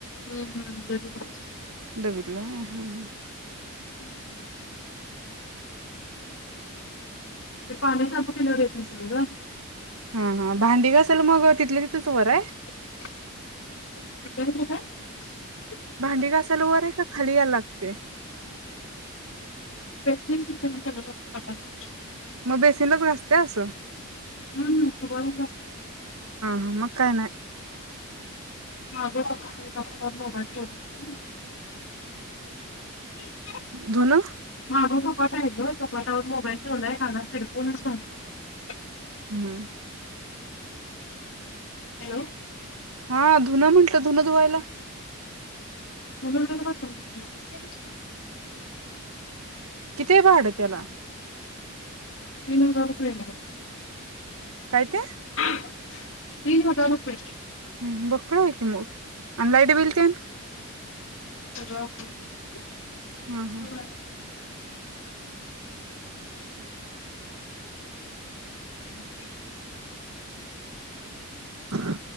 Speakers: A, on the left; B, on the right.
A: हु हु <inaudible>
B: बघितलाय हा हा
A: <inaudible> ते पाण्याच अपॉप केल्यावर येत नसल गं
B: हा हा भांडी घासायला मग तिथल्या तिथच वर हाय
A: <unintelligible>
B: भांडी घासायला वर हाय का खाली याला लागतंय
A: <inaudible>
B: म बेसीनलाच घासतीयास हा
A: हम्म
B: हा मग काय नाय
A: माझ बाबा <unintelligible> मोबाईल <inaudible> <inaudible>
B: धुणं
A: माग कपाट हायं गं कपाटावंर मोबाईल ठेवलाय कानात हेडफोनच घातलेत
B: हूं
A: हॅलो
B: हा धुनं म्हंटल धुनं धुवायला
A: धुणं तर बाथरूमध्येच <inaudible>
B: कितीय भाड त्याला
A: तीन हजार रुपये येणारेत
B: काय? ते
A: तीन हजार रुपये
B: हम् हम बक्कळ हायं कि मग आणि लाईट बिल ते
A: सगळं आपणच
B: हम्म हम्म
A: <unintelligible> <unintelligible> हम् हम
B: ह